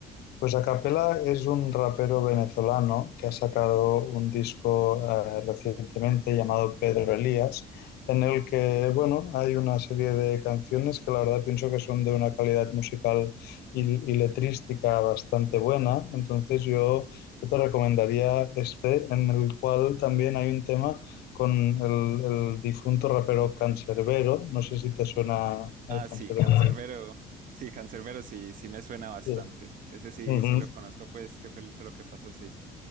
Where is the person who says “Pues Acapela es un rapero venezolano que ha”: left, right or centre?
Left